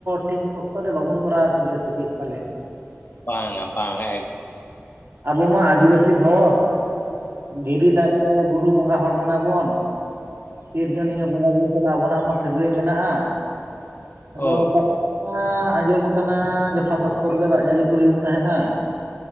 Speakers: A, on the right; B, on the left.
A: ᱴᱷᱤᱠ ᱚᱠᱛᱚ ᱨᱮ ᱵᱟᱵᱚᱱ ᱠᱚᱨᱟᱣ ᱮᱫ ᱛᱮᱜᱮ ᱥᱮ ᱪᱮᱫ ᱯᱟᱞᱮ
B: ᱵᱟᱝᱼᱟ ᱵᱟᱝᱟ ᱮᱠ
A: ᱟᱹᱵᱩ ᱢᱟ ᱟᱹᱫᱤᱵᱟᱹᱥᱤ ᱦᱚᱲ ᱫᱷᱤᱨᱤ ᱫᱟᱨᱮ ᱵᱩᱨᱩ ᱵᱚᱸᱜᱟ ᱦᱚᱲ ᱠᱟᱱᱟ ᱵᱩᱱ ᱥᱤᱨᱡᱚᱱᱤᱭᱟᱹ ᱵᱚᱸᱜᱟ ᱵᱩᱨᱩ ᱥᱟᱞᱟᱜ ᱟᱵᱚᱱᱟᱜ ᱢᱟ ᱥᱟᱹᱜᱟᱹᱭ ᱢᱮᱱᱟᱜᱼᱟ᱾ ᱟᱫᱚ
B: ᱦᱳᱭ
A: ᱯᱟ ᱟᱸᱡᱚᱢ ᱟᱠᱟᱱᱟ ᱡᱚᱛᱷᱟᱛ ᱚᱠᱛᱚ ᱨᱮᱜᱮ ᱫᱟᱜ ᱡᱟᱹᱲᱤ ᱠᱚ ᱦᱩᱭᱩᱜ ᱛᱟᱦᱮᱸᱱᱟ